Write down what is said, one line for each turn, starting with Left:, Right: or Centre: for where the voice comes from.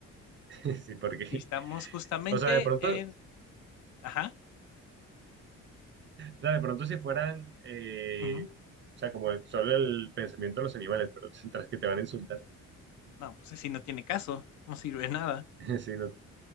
Right: <laughs> Sí, porque,
Left: Y estamos justamente
Right: o sea, de pronto,
Left: en.
Right: o
Left: Ajá.
Right: sea, de pronto si fueran, eh,
Left: ujú.
Right: o sea, como solo el pensamiento de los animales, pero <laughs> tras que te van a insultar,
Left: No, pues así no tiene caso. No sirve de nada.
Right: <laughs> sí, no,